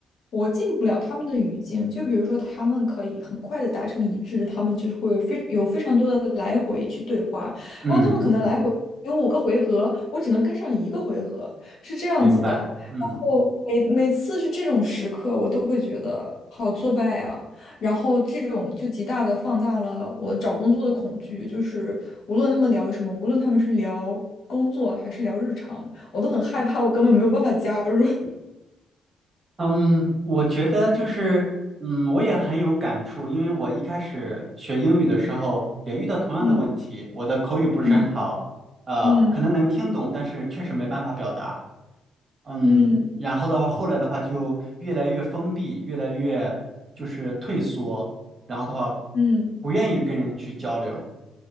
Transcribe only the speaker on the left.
我进不了他们的语境。就比如说，他们可以很快的达成一致，他们就会非有非常多的来回去对话。
然后他们可能来回有五个回合，我只能跟上一个回合，是这样子的。
然后每每次是这种时刻，我都会觉得好挫败啊。然后这种就极大的放大了我找工作的恐惧，就是无论他们聊什么，无论他们是聊工作还是聊日常，我都很害怕，我根本没有办法加入。<laughs>
嗯
嗯
嗯
嗯
嗯。